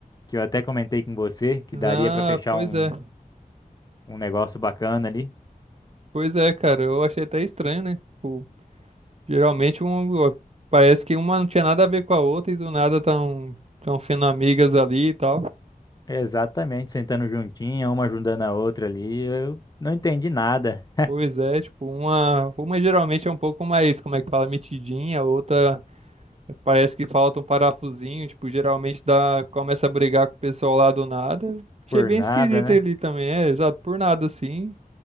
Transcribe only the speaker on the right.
Ah,
pois
é.
Pois é, cara. Eu achei até estranho, né? Tipo, geralmente um, ó, parece que uma não tinha nada a ver com a outra e do nada tão, tão sendo amigas ali e tal.
Pois é, tipo, uma, uma geralmente é um pouco mais, como é que fala, metidinha, a outra. Parece que falta um parafusinho, tipo, geralmente dá, começa a brigar com o pessoal lá do nada. Achei
bem
esquisito
ele também, é, exato, por nada assim.